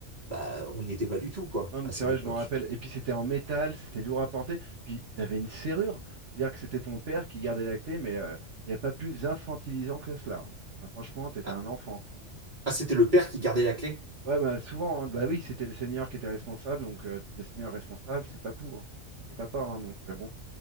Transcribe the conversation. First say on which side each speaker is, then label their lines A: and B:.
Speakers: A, on the right; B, on the right.
A: bah, on n'y était pas du tout, quoi,
B: Non, mais
A: à
B: c'est
A: cette
B: vrai,
A: époque.
B: je m'en rappelle. Et puis, c'était en métal, c'était lourd à porter. Puis, t'avais une serrure. C'est-à-dire que c'était ton père qui gardait la clé, mais euh, il n'y a pas plus infantilisant que cela. hein. Bah, franchement, t'étais
A: Ah,
B: un enfant, quoi.
A: ah, c'était le père qui gardait la clé?
B: Ouais, bah souvent, hein. bah oui, c'était le seigneur qui était responsable. Donc, euh, le seigneur responsable, c'est papou. Hein. C'est papa, hein, donc euh, bon.